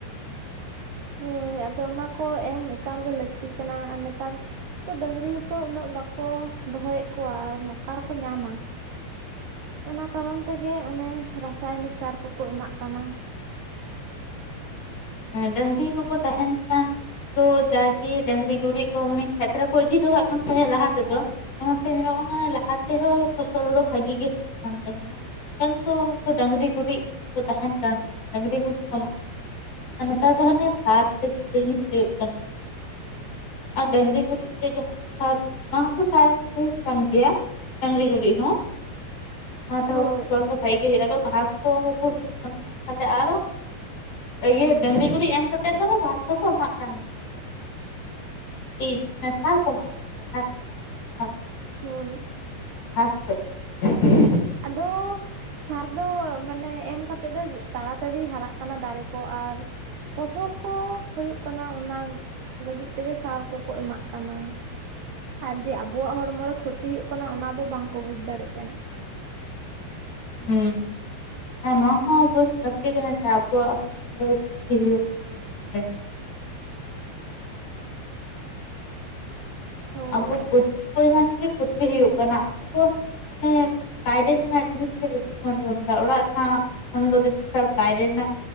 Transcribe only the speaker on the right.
ᱦᱳᱭ ᱟᱫᱚ ᱚᱱᱟ ᱠᱚ ᱮᱢ ᱮᱠᱟᱞ ᱜᱮ ᱞᱟᱹᱠᱛᱤ ᱠᱟᱱᱟ ᱟᱨ ᱱᱮᱛᱟᱨ ᱛᱚ ᱰᱟᱺᱝᱨᱤ ᱦᱚᱸᱛᱚ ᱩᱱᱟᱹᱜ ᱵᱟᱠᱚ ᱫᱚᱦᱚᱭᱮᱫ ᱠᱚᱣᱟ ᱟᱨ ᱱᱚᱠᱟ ᱨᱮᱠᱚ ᱧᱟᱢᱟ᱾ ᱚᱱᱟ ᱠᱟᱨᱚᱱ ᱛᱮᱜᱮ ᱚᱱᱮ ᱨᱟᱥᱟᱭᱚᱱᱤᱠ ᱥᱟᱨ ᱠᱚ ᱠᱚ ᱮᱢᱟᱜ ᱠᱟᱱᱟ᱾
ᱦᱳᱭ
ᱦᱳᱭ
ᱦᱳᱭ
ᱟᱫᱚᱻᱻ ᱥᱟᱨ ᱫᱚ ᱢᱟᱱᱮ ᱮᱢ ᱠᱟᱛᱮᱫ ᱫᱚ ᱛᱟᱲᱟᱛᱟᱲᱤ ᱦᱟᱨᱟᱜ ᱠᱟᱱᱟ ᱫᱟᱨᱮ ᱠᱚ ᱟᱨ, ᱯᱷᱚᱥᱚᱞ ᱠᱚ ᱦᱩᱭᱩᱜ ᱠᱟᱱᱟ ᱚᱱᱟ ᱞᱟᱹᱜᱤᱫ ᱛᱮᱜᱮ ᱥᱟᱨ ᱠᱚ ᱠᱚ ᱮᱢᱟᱜ ᱠᱟᱱᱟ᱾ ᱟᱨ ᱡᱮ ᱟᱵᱚᱣᱟᱜ ᱦᱚᱲᱢᱚ ᱨᱮ ᱠᱷᱚᱛᱤ ᱦᱩᱭᱩᱜ ᱠᱟᱱᱟ ᱚᱱᱟ ᱫᱚ ᱵᱟᱝ ᱠᱚ ᱵᱩᱡ ᱫᱟᱲᱮᱜ ᱠᱟᱱᱟ᱾
ᱦᱳᱭ